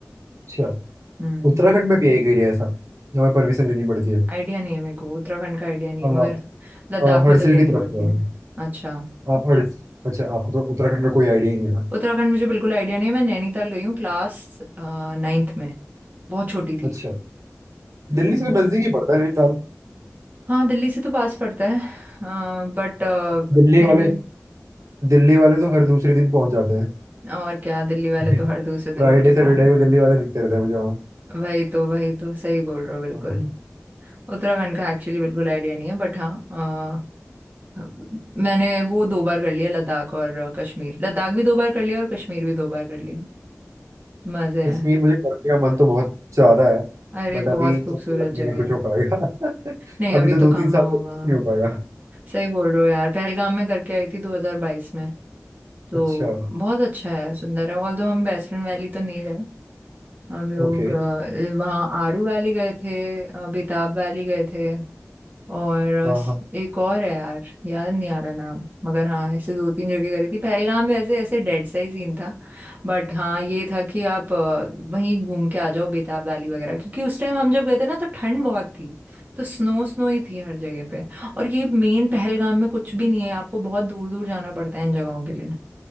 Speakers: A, on the right (about 80°); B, on the right (about 35°).
A: अच्छा
B: हम्म
A: उत्तराखंड में भी है एक एरिया ऐसा जहाँ परमिशन लेनी पड़ती है
B: आइडिया नहीं है मेरे को उत्तराखंड का आइडिया नहीं
A: हाँ
B: है मगर लद्दाख
A: अ, हर्सिल
B: में तो लेनी
A: की तरफ
B: पड़ती
A: है
B: है अच्छा
A: आप हर अच्छा आपको तो उत्तराखंड का कोई आइडिया ही नहीं है ना
B: उत्तराखंड मुझे बिल्कुल आइडिया नहीं है मैं नैनीताल गई हूँ क्लास नाइन्थ में बहुत छोटी थी
A: अच्छा
B: हम्म
A: दिल्ली से तो नजदीक ही पड़ता है नैनीताल
B: हाँ दिल्ली से तो पास पड़ता है बट
A: दिल्ली
B: फिर
A: वाले
B: भी
A: दिल्ली वाले तो हर दूसरे दिन पहुंच जाते
B: और क्या दिल्ली वाले तो
A: हैं
B: हर दूसरे दिन
A: फ्राइडे
B: उठ के
A: सैटरडे
B: पहुंच
A: को दिल्ली वाले दिखते रहते हैं मुझे
B: वही तो वही तो सही बोल रहे हो बिल्कुल
A: वहाँ
B: उत्तराखंड का एक्चुअली बिल्कुल आइडिया नहीं है बट हाँ अ, मैंने वो दो बार कर लिया लद्दाख और कश्मीर लद्दाख भी दो बार कर लिया और कश्मीर भी दो बार कर लिया मजे हैं
A: कश्मीर मुझे करने का मन तो बहुत ज्यादा है
B: अरे
A: बट अभी
B: बहुत खूबसूरत
A: तो मुझे लग नहीं
B: जगह
A: रहा कुछ
B: है
A: हो पाएगा <laughs>
B: नहीं
A: अभी
B: अभी
A: तो दो
B: तो
A: तीन
B: कहाँ
A: साल
B: होगा
A: तक कुछ नहीं हो पाएगा
B: सही बोल रहे हो यार पहलगाम में करके आई थी 2022 में तो
A: अच्छा
B: बहुत अच्छा है सुंदर है ऑल्दो हम बेसरन वैली तो नहीं गए हम लोग
A: ओके
B: अ, वहाँ आरू वैली गए थे अ, बेताब वैली गए थे और अ,
A: हाँ हाँ
B: एक और है यार याद नहीं आ रहा नाम मगर हाँ ऐसे दो तीन जगह करी थी पहलगाम में ऐसे ऐसे डेड सा ही सीन था बट हाँ ये था कि आप अ, वहीं घूम के आ जाओ बेताब वैली वगैरह क्योंकि उस टाइम हम जब गए थे ना तो ठंड बहुत थी तो स्नो स्नो ही थी हर जगह पे और ये मेन पहलगाम में कुछ भी नहीं है आपको बहुत दूर दूर जाना पड़ता है इन जगहों के लिए